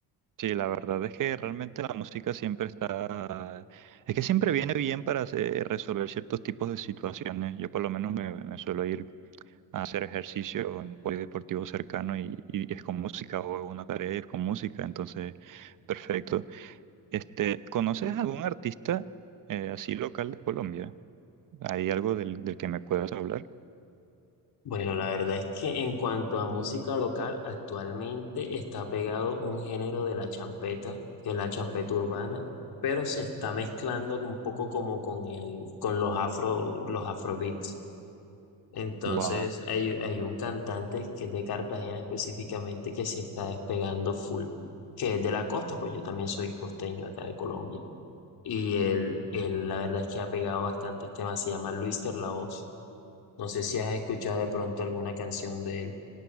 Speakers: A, on the right; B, on the left.
A: sí, la verdad es que realmente la música siempre está, es que siempre viene bien para hacer- resolver ciertos tipos de situaciones. Yo por lo menos me, me suelo ir a hacer ejercicio en polideportivo cercano y, y es con música o una tarea y es con música, entonces, perfecto. Este, ¿conoces algún artista eh, así local de Colombia? ¿Hay algo del, del que me puedas hablar?
B: Bueno, la verdad es que en cuanto a música local, actualmente está pegado un género de la champeta, que es la champeta urbana, pero se está mezclando un poco como con el, con los afro, los afrobeats. Entonces
A: Wow,
B: hay, hay un cantante que es de Cartagena específicamente que se está despegando full, que es de la costa, pues yo también soy costeño acá de Colombia. Y él, él la verdad es que ha pegado bastantes temas, se llama Luis Voz No sé si has escuchado de pronto alguna canción de él.